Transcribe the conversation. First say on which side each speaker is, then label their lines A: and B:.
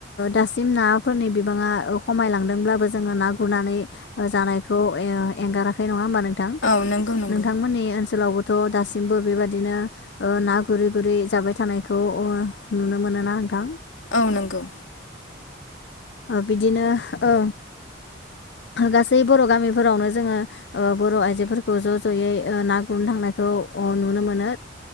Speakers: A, on the left; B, on the left.
A: दासिम नाफोरनि बिबाङा खमायलांदोंब्लाबो जोङो ना गुरनानै जानायखौ ए-एंगाराखै नङा होमबा नोंथां? नोंथांमोननि
B: औ नंगौ नंगौ
A: ओनसोलावबो थ, दासिमबो बेबादिनो ना गुरै गुरै जाबाय थानायखौ अ नुनो मोनो ना नोंथां
B: औ नंगौ
A: अ बिदिनो ओ गासै बर' गामिफोरावनो जोङो ओ बर' आइजो खौ ज' ज'यै ओ ना गुरनो थांनायखौ अ नुनो मोनो